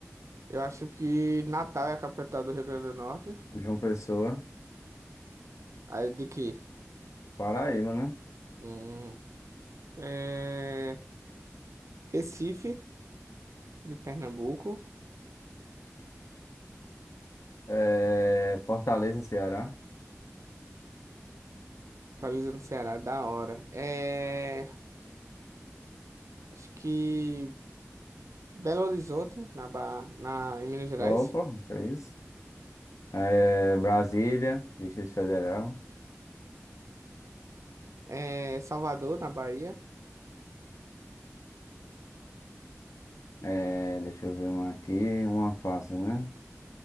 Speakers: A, on the right; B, on the left.
A: Eu acho que Natal é a capital do Rio Grande do Norte.
B: João Pessoa,
A: Aí de quê?
B: Paraíba, né?
A: Hum, é, Recife, de Pernambuco.
B: É, Fortaleza, Ceará.
A: Talvez no Ceará, da hora. É, acho que Belo Horizonte, na, ba... na... em Minas Gerais.
B: Opa, que é isso? É, Brasília, Distrito Federal.
A: É, Salvador, na Bahia.
B: É, deixa eu ver uma aqui, uma fácil, né?